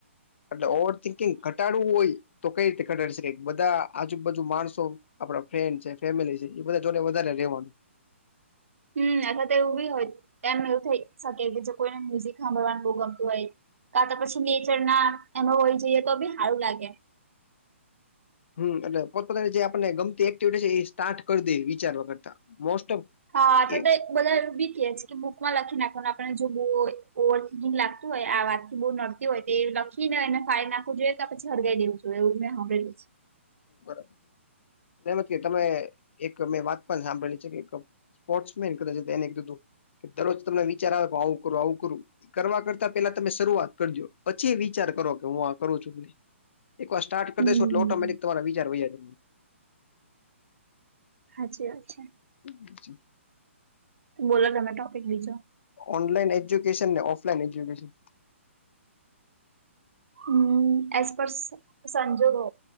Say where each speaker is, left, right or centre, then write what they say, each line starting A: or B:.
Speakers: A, on the left; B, on the right.
A: એટલે ઓવર થિંકિંગ ઘટ હોય તો કઈ રીતે ઘટાડ બધા આજુબાજુ માણસો આપડા ફ્રેન્ડ છે ફેમિલી છે એ બધા જોડે વધારે રહેવાનું.
B: હમ્મ, અથવા તો એવું બી હોય એમ એવું થઈ શકે કે જો કોઈને મ્યુઝિક સાંભળવાનું બહુ ગમતું હોય. કા તા પછી નીચર ના એનો હોય જઈએ તો બી હારું લાગે.
A: હમ્મ એટલે પોતપતાની જે આપને ગમતી એક્ટિવિટી છે એ સ્ટાર્ટ કરી દે વિચારવા કરતા. મોસ્ટ ઓફ
B: હા તો
A: એ
B: તે બધા એવ બી કે કે મુખ માં લખી નાખવાનું આપને જો બોગ ઓવરડિંગ લાગતું હોય આ વાત થી બહુ નળ કેયુ હોય તો એ લખીને ને એને ફાડી નાખવું જોઈએ કે પછી હળગાવી દેવું જોઈએ એવું મેં હાંભળેલું છે.
A: હમ્મ બરાબર છે. ધારો કે તમે એક મેં વાત પણ સાંભળેલી છે કે કપ સ્પોર્ટ્સ મેન કા છે એને કીધું કે દરરોજ તમને વિચાર આવે પણ આવું કરું આવું કરું કરવા કરતા પેલા તમે શરૂઆત કરજો પછી વિચાર કરો કે હું આ કરું છું કે નહી. સ્ટાર કર
B: હમ્મ
A: દેશો એટ ઓટોમેટિક તમારા વિચાર વૈયા જે.
B: હાચે હાચે.
A: હું ચુ.
B: બોલો તમે ટોપિકંગ બીજો.
A: ઓનલાઈન એજ્યુકેશન ને ઓફલાઈન એજ્યુકેશન.
B: હમ્મ એસ પર સંજોગો